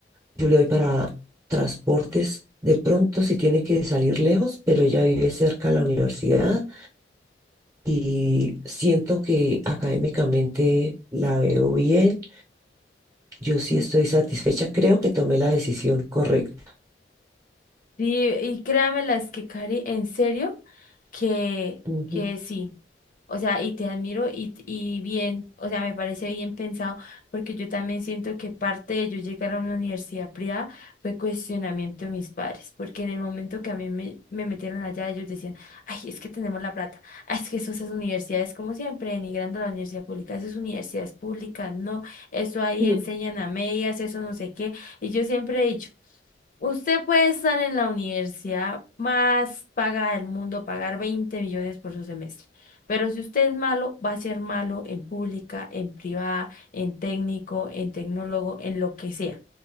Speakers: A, on the right; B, on the left.
A: Yo le doy para transportes de pronto si tiene que salir lejos, pero ella vive cerca de la universidad y siento que académicamente la veo bien. Yo sí estoy satisfecha. Creo que tomé la decisión correcta.
B: Sí, y créanme las que, Cari, en serio, que,
A: Ujú,
B: que sí. O sea, y te admiro y, y bien, o sea, me parece bien pensado, porque yo también siento que parte de yo llegar a una universidad privada fue cuestionamiento de mis padres, porque en el momento que a mí me, me metieron allá, ellos decían, ay, es que tenemos la plata, ay, es que eso, esas universidades, como siempre, denigrando a la universidad pública, esas universidades públicas, no, eso ahí
A: Mm,
B: enseñan a medias, eso no sé qué, y yo siempre he dicho, Usted puede estar en la universidad más paga del mundo, pagar 20 millones por su semestre. Pero si usted es malo, va a ser malo en pública, en privada, en técnico, en tecnólogo, en lo que sea.